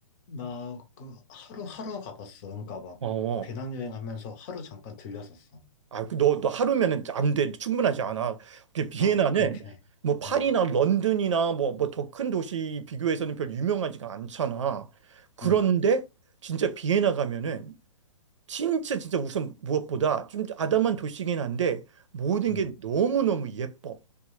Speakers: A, on the left; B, on the right.
A: 나 그 하루, 하루 가봤어. 그러니까 막
B: 어, 어.
A: 배낭여행 하면서 하루 잠깐 들렸었어.
B: 아, 그 너, 너 하루면은 안 돼. 충분하지 않아. 그 비엔나는
A: 아, 맞, 그렇긴 해.
B: 뭐 파리나
A: 어,
B: 런던이나 뭐, 뭐 더 큰 도시 비교해서는 별 유명하지가 않잖아. 그런데
A: 응,
B: 진짜 비엔나 가면은 진짜 진짜 우선 무엇보다 좀 아담한 도시긴 한데 모든
A: 응,
B: 게 너무너무 예뻐.